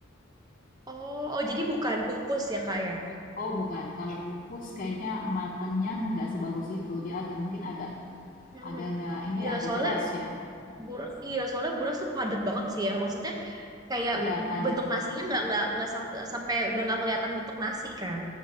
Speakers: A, on the right (about 20°); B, on the left (about 40°).
A: Oh, oh jadi bukan kukus ya Kak ya?
B: Oh bukan, kalau kukus kayaknya matangnya nggak sebagus itu. Dia agak mungkin agak
A: Mhm.
B: agak nggak ini
A: Iya,
B: ya agak
A: soalnya
B: keras ya.
A: buras, iya soalnya buras tuh padat banget sih ya. Maksudnya kayak
B: Iya padat.
A: bentuk nasinya nggak nggak nggak sampai sampai udah nggak kelihatan bentuk nasi kan?